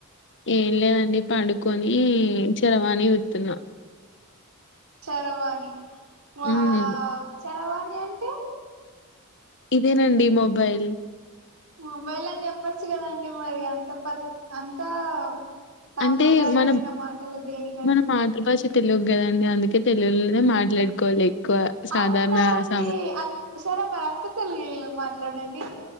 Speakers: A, on the left; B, on the right.
A: ఏం లేదండి పండుకొని చరవాణి చూస్తున
B: చరవాణి వావ్
A: మ్మ్
B: చరవాణి అంటే
A: ఇదేనండి మొబైల్
B: మొబైల్ అని చెప్పచ్చు కదండి మరి అంత ప అంతా సాంప్రదాయమైన
A: అంటే మన
B: మాటలు దేనికండి
A: మన మాతృభాష తెలుగు కదండి అందుకే తెలుగులోనే మాట్లాడుకోవాలి ఎక్కువ సాధారణ
B: అవునా అండి
A: స
B: అన్ సరే మరి అంత తెలుగే మాట్లాడండి